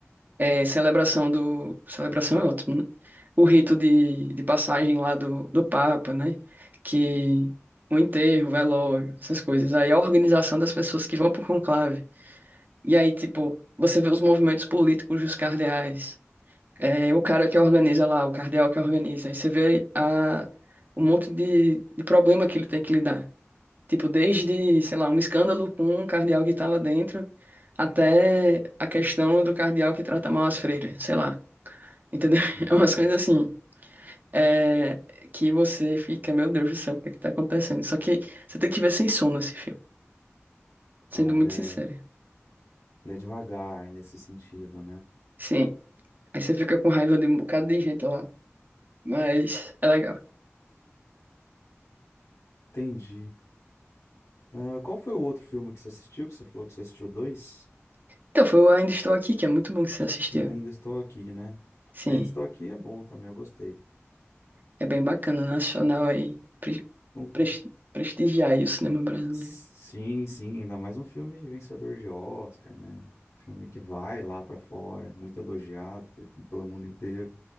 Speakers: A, on the right (about 40°); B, on the left (about 70°).
A: É, celebração do. Celebração é ótimo, né? O rito de, de passagem lá do, do Papa, né? Que o enterro, o velório, essas coisas. Aí a organização das pessoas que vão pro conclave. E aí, tipo, você vê os movimentos políticos dos cardeais. É, o cara que organiza lá, o cardeal que organiza. Aí você vê a, um monte de, de problema que ele tem que lidar. Tipo, desde, sei lá, um escândalo com um cardeal que tá lá dentro, até a questão do cardeal que trata mal as freiras, sei lá. Entendeu? <laughs>
B: Hum,
A: É umas coisas assim. É, que você fica, meu Deus do céu, o que é que tá acontecendo? Só que você tem que ver sem sono esse filme,
B: tá,
A: sendo muito
B: ele é,
A: sincero.
B: ele é devagar nesse sentido, né?
A: Sim. Aí você fica com raiva de um bocado de gente lá. Mas é legal.
B: Entendi. Ah, qual foi o outro filme que você assistiu? Que você falou que você assistiu dois?
A: Então, foi o Ainda Estou Aqui, que é muito bom que você assistiu.
B: Eu ainda estou aqui, né?
A: Sim,
B: Ainda estou aqui é bom também, eu gostei.
A: é bem bacana, nacional aí. Pre
B: O-
A: pres- prestigiar aí o cinema brasileiro.
B: Sim, sim, ainda mais um filme vencedor de Oscar, né? Um Filme que vai lá pra fora, muito elogiado por- pelo mundo inteiro.